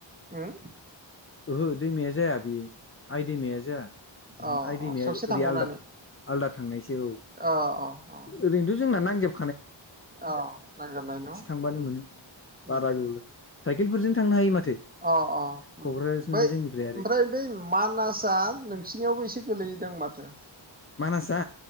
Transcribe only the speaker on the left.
ओहो दैमाया जाया बि आइ दैमाया जाया
आइ
दैमाया
ओरै आलदा आलदा थांनायसो औ
ओरैनोथ' जोंना नांजाब
थांबानो मोनो बारा
गोबाव साइकेलफोरजों थांनो हायो माथो
क'क्राझारसिमलाय
जोंनिफ्राय आरो
मानास <inaudible>